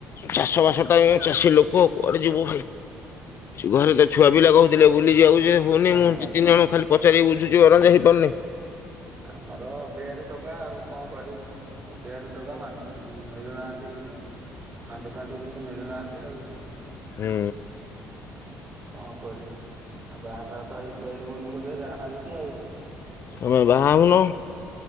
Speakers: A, on the left; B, on the right.
A: ଚାଷ ବାସ ଟାଇମ୍ ଚାଷୀ ଲୋକ କୁଆଡ଼େ ଯିବୁ। ଘରେ ତ ଛୁଆ ପିଲା କହୁଥିଲେ ବୁ ବୁଲି ଯାଉଛି ହଉନି
B: ଆମର
A: ମୁଁ ଦି ତିନି
B: ତ
A: ଜଣ ଖାଲି ପଚାରିକି ବୁଝୁଛି ଅରେଞ୍ଜ ହେଇପାରୁନି।
B: ଆମର ଅଭିଆରି ଟୋକା ଆଉ କଣ କରିବୁ ମାଣ୍ଡ ଅଭିଆରି ଟୋକା ମିଳୁନାହାନ ନ୍ତି ମାଣ୍ଡୁ ଫାଣ୍ଡୁ କିଛି ମିଳୁନାହାନ୍ତି ଆଉ।
A: ହୁଁ।
B: କଣ କରିବୁ ଆ ବାହାସାହା ତ ହେଇପାରିବୁନି ବୋଧେ ଯାହା ନାଗୁଚି ଆଉ।
A: ତମେ ‌ବାହା ହଉନୁ।